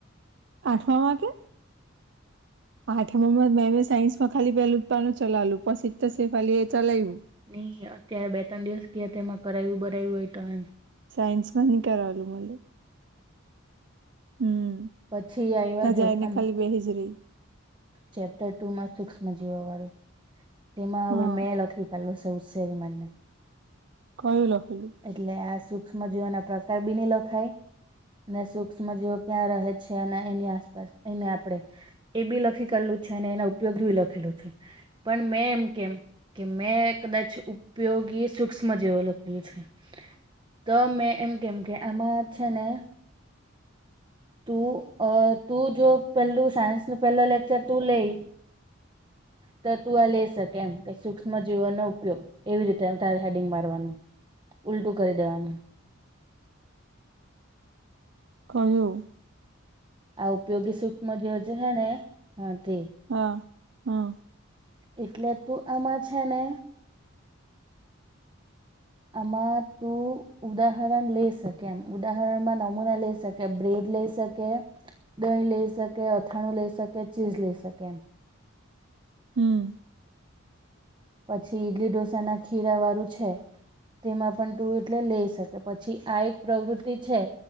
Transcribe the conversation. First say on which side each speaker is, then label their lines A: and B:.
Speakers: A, on the right (about 55°); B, on the right (about 20°).
A: આઠમાંમાં કે આઠમાંમાં મેમે સાયન્સ માં ખાલી પેલું જ પાનું ચલાવલું પછી જ તો સેફાલી એ ચલાયવુ
B: ની અત્યારે બે ત્રણ દિવસ ગીયા તેમાં કરાયવ બરાયવુ હોય તો એમ
A: સાયન્સમાં ની કરાવેલું મલે હમ
B: પછી આયવા
A: તા
B: જો
A: જાયને
B: આમાં
A: ખાલી બેહી જ રહી
B: ચેપ્ટર ટુમાં સુક્ષમ જીવવા વાળું તેમાં હવે
A: હા
B: મેં લખી કાલલુ સે ઉસયારી મારને
A: કયુ લખેલું
B: એટલે આ સ સુક્ષ્મ જીવના પ્રકાર બી ની લખાય અને સુૂક્ષ્મ જેવો ક્યાં રહે છે અને એની આસપાસ એને આપણેે એ બી લખી કાડલું છે અને એના ઉપયોગ બી લખેલું છે પણ મેં એમ કેમ કે મેં કદાચ ઉપયોગી સૂક્ષ્મ જેવું લખ્યું છે. તો મેં એમ કેમ કે આમાં છે ને તું અ તું જો પહેલું સાયન્સનું પહેલા લેક્ચર તું લેઈ તો તું આ લે શકે એમ કે સુક્ષ્મ જીવનનો ઉપયોગ એવી રીતે હેડિંગ મારવાનું. ઉલટું કરી દેવાનું
A: કયું
B: આ ઉપયોગી સુક્ષ્મજીવો જે છે ને હ તે
A: હા હા
B: એટલે તું આમાં છે ને આમાં તું ઉદાહરણ લે શકે એમ ઉદાહરણ માં નમૂના લઇ શકે બ્રેડ લઇ શકે કે દહી લઈ શકે અથાણું લઈ શકે ચીઝ લઈ શકે
A: હમ
B: પછી ઈડલી ઢોસા ના ખીરા વાળું છે તેમાં પણ તું એટલે લઈ શકે પછી આ એક પ્રવૃતિ છે